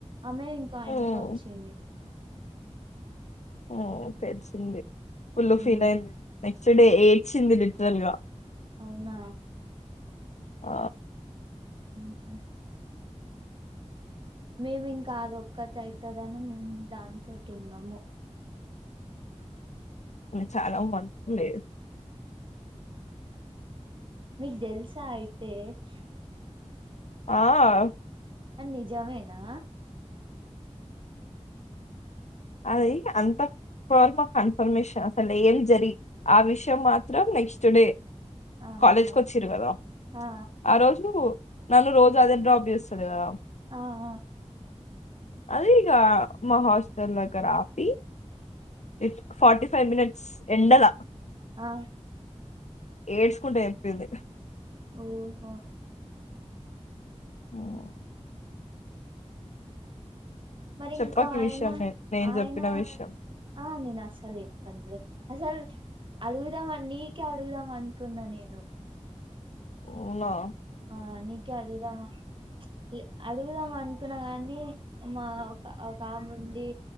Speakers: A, on the right; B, on the left.
A: ఆమె ఇంకో ఆయనతో
B: ఉమ్,
A: వచ్చింది
B: ఉ తెలిసింది ఫులు
A: ఉమ్
B: ఫీల్యింది ఎస్టేడే ఏడ్చింది లిటరల్ గా
A: అవునా
B: ఆ
A: <unintelligible> మేము ఇంకా అది ఒక్కతీ అయీతాది మేము దాని తోటి ఉన్నాము
B: చాలా మంచింది
A: మీగ్ తెలుసా అయితే ఎచ్
B: ఆ
A: అ నిజమేనా
B: అది అంత ప్రమా కన్ఫర్మేషన్ అసలు ఏం జరి ఆ విషయం మాత్రం నెక్స్ట్ డే
A: ఆహా
B: కాలేజ్కి వచిరు కదా
A: ఆ
B: ఆ రోజు నన్ను రోజు అదే డ్రాప్ చేస్తాది గదా
A: ఆ ఆ
B: అదే ఈక మహాస్ దగ్గర ఆపి ఇట్ ఫోార్టీ ఫైవ్ మనిట్స్ ఎండలా
A: ఆ
B: ఏడ్చుకుంటే చెప్పింది
A: ఓహో
B: ఉమ్,
A: హోమ్ మ మరింకో
B: చెప్పకు ఈ
A: ఆయన
B: విషయం నేను నేను
A: ఆయన
B: చెప్పిన విషయం
A: ఆ నేనా సలు ఇబ్బంది లే అసల్ అడుగుదాం అని నీకే అడుగుదాం అనుకున్నా నేను
B: ఊ నా
A: ఆ నీకే అడుగుదామని లే అడుగుదాం అన్ క్కునా గాని మా ఒక ఓక ఆముంది